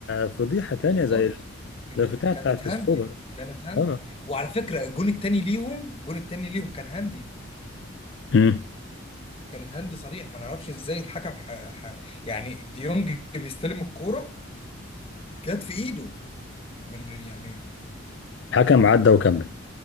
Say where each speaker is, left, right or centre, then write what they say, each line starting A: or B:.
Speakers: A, on the left; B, on the left.
A: فضيحه تانية
B: بالظبط
A: زي ال-
B: يعني
A: زي الفتاة
B: كانت
A: بتاعت
B: هاندي
A: السوبر
B: كانت هاندي
A: اه
B: وعلى فكرة الجون التاني ليهم الجون التاني ليهم كان هاندي
A: امم
B: كانت هاندي صريح ما نعرفش ازاي الحكم ح... ح... يعني ديونج بيستلم الكورة جت في ايده من يعني
A: حكم عدى وكمل